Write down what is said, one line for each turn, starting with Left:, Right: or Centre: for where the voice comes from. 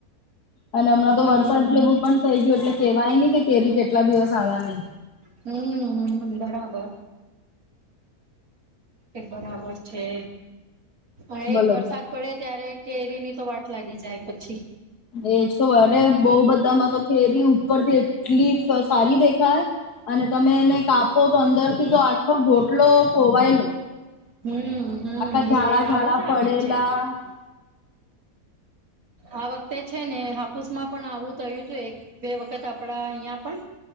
Left: અને હમણાં
Right: હમ્મ.
Left: તો વરસાદ જેવું પણ થઇ ગયું એટલે કેવાય નહી કેરી કેટ કેટલા દિવસ આવવાની.
Right: હમ્મ હમ્મ બરાબર. એક બરાબર છે. હા
Left: બોલો
Right: એક વરસાદ પડે ત્યારે કેરી ની તો વાટ લાગી જાય. પછી.
Left: એ જ તો અરે બઉ બધામાં તો કેરિયું ઉપરથી એટલી સારી દેખાય અને તમે એને કાપ પો તો અંદર થી તો આખો ગોટલો ખોવાયેલો
Right: હમ હમ
Left: આખા
Right: એ
Left: ઝાડા
Right: આવું
Left: ઝાડા
Right: જ
Left: પડેલા
Right: આવે છે. આ વખતે છે ને હાપુસ માં પણ આવું થયું છે બે વખત આપડા અહિયાં પણ